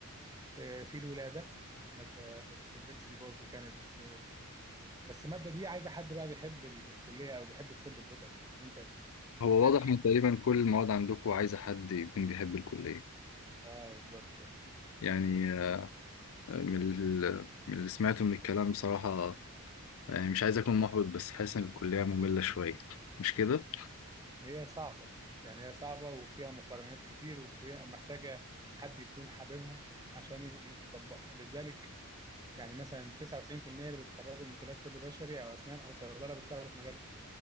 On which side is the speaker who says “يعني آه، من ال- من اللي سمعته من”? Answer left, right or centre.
Left